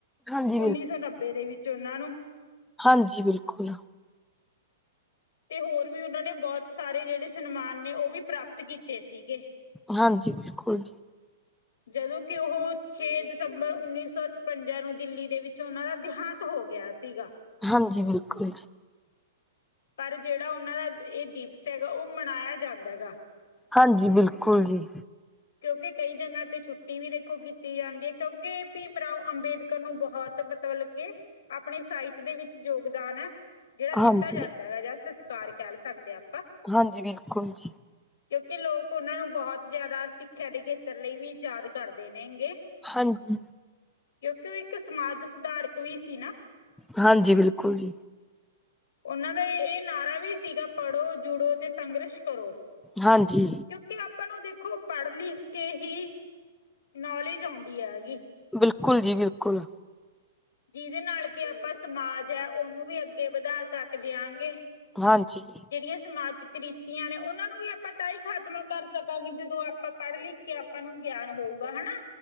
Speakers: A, in the centre; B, on the left.
A: ਹਾਂਜੀ ਬਿਲ
B: ਉੱਨੀ ਸੌ ਨੱਬੇ ਦੇ ਵਿੱਚ ਉਹਨਾਂ ਨੂੰ।
A: ਹਾਂਜੀ, ਬਿਲਕੁਲ।
B: ਤੇ ਹੋਰ ਵੀ ਓਨਾਂ ਨੇ ਬੋਹਤ ਸਾਰੇ ਜੇੜੇ ਸਨਮਾਨ ਨੇ ਉਹ ਵੀ ਪ੍ਰਾਪਤ ਕੀਤੇ ਸੀਗੇ।
A: ਹਾਂਜੀ, ਬਿਲਕੁਲ ਜੀ।
B: ਜਦੋਂ ਕਿ ਉਹ ਛੇ ਦਸੰਬਰ ਉੱਨੀ ਸੌ ਛਪੰਜਾ ਨੂੰ ਦਿੱਲੀ ਦੇ ਵਿੱਚ ਉਹਨਾਂ ਦਾ ਦੇਹਾਂਤ ਹੋ ਗਿਆ ਸੀਗਾ।
A: ਹਾਂਜੀ, ਬਿਲਕੁਲ ਜੀ।
B: ਪਰ ਜੇੜਾ ਓਨਾਂ ਦਾ ਇਹ ਦਿਵਸ ਹੈਗਾ ਉਹ ਮਨਾਇਆ ਜਾਂਦਾ ਹੈਗਾ।
A: ਹਾਂਜੀ, ਬਿਲਕੁਲ ਜੀ।
B: ਕਿਉਂਕਿ ਕਈ ਜਗ੍ਹਾ ਤੇ ਛੁੱਟੀ ਵੀ ਦੇਖੋ ਕੀਤੀ ਜਾਂਦੀ ਏ ਕਿਉਂਕਿ ਭੀਮ ਰਾਓ ਅੰਬੇਦਕਰ ਨੂੰ ਬੋਹਤ ਮਤਬਲ ਕੇ ਆਪਣੇ ਸਾਹਿਤ ਦੇ ਵਿੱਚ ਯੋਗਦਾਨ ਐ ਜੇੜਾ
A: ਹਾਂਜੀ,
B: ਦਿੱਤਾ ਜਾਂਦਾ ਹੈਗਾ ਜਸ ਕਾਰ ਕਹਲ ਸਕਦੇ ਆਪਾਂ
A: ਹਾਂਜੀ, ਬਿਲਕੁਲ ਜੀ।
B: ਕਿਉਂਕਿ ਲੋਕ ਓਨਾਂ ਨੂੰ ਬਹੁਤ ਜ਼ਿਆਦਾ ਸਿੱਖਿਆ ਦੇ ਖੇਤਰ ਲਈ ਵੀ ਯਾਦ ਕਰਦੇ ਨੇਗੇ।
A: ਹਾਂਜੀ।
B: ਕਿਉਂਕਿ ਓ ਇੱਕ ਸਮਾਜ ਸੁਧਾਰਕ ਵੀ ਸੀ ਨਾ।
A: ਹਾਂਜੀ, ਬਿਲਕੁਲ ਜੀ।
B: ਓਨਾਂ ਦਾ ਏ ਨਾਰਾ ਵੀ ਸੀਗਾ, ਪੜ੍ਹੋ, ਜੁੜੋ ਤੇ ਸੰਘਰਸ਼ ਕਰੋ।
A: ਹਾਂਜੀ।
B: ਕਿਉਂਕਿ ਆਪਾਂ ਨੂੰ ਦੇਖੋ ਪੜ੍ਹ ਲਿਖ ਕੇ ਹੀ ਨੌਲੇਜ ਆਉਂਦੀ ਹੈਗੀ।
A: ਬਿਲਕੁਲ ਜੀ ਬਿਲਕੁਲ।
B: ਜਿਦੇ ਨਾਲ ਕਿ ਆਪਾਂ ਸਮਾਜ ਐ, ਓਨੂੰ ਵੀ ਅੱਗੇ ਵਧਾ ਸਕਦੇ ਆਂਗੇ।
A: ਹਾਂਜੀ।
B: ਜਿਹੜੀਆਂ ਸਮਾਜ ਕਰਤੀਆਂ ਨੇ, ਉਹਨਾਂ ਨੂੰ ਵੀ ਆਪਾਂ ਤਾਂ ਹੀ ਖਤਮ ਕਰ ਸਕਾਂਗੇ, ਜਦੋਂ ਆਪਾਂ ਪੜ੍ਹ ਲਿਖ ਕਿ ਆਪਾਂ ਨੂੰ ਗਿਆਨ ਹੋਊਗਾ ਹਨਾ।